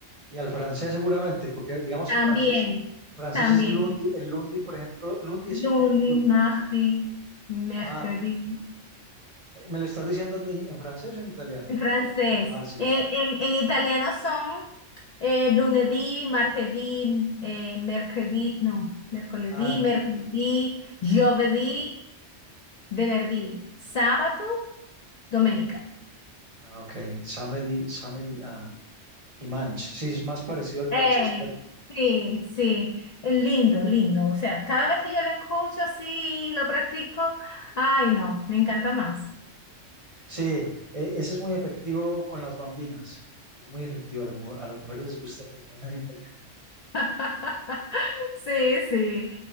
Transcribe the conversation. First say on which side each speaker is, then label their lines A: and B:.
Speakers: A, on the right; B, on the left.
A: Y al francés seguramente, porque digamos
B: También,
A: en francés, en francés
B: también.
A: es lundi, el lundi, por ejemplo, lundi es
B: Lunes,
A: eh, lundi.
B: martes, mercredi.
A: Ah, eh, ¿me lo estás diciendo en, i- en francés o en italiano?
B: En francés.
A: Porque, ah, sí.
B: en en, en italiano son eh, lunedì, martedì, eh, mercredì, no, mercoledì,
A: Ah,
B: mercoledì, giovedì, venerdì, sabato, domenica.
A: ah, ok. Samedi, samedi, ah. Dimanche. Sí, es más parecido al
B: Eh,
A: francés que al
B: sí, sí, es lindo, lindo. O sea, cada vez que yo lo escucho así y lo practico, ay, no, me encanta más.
A: Sí, eh, ese es muy efectivo con las bambinas. Es muy efectivo. A las, mu- a las mujeres les gusta que les hablen <laughs> en italiano.
B: <laughs> Sí, sí.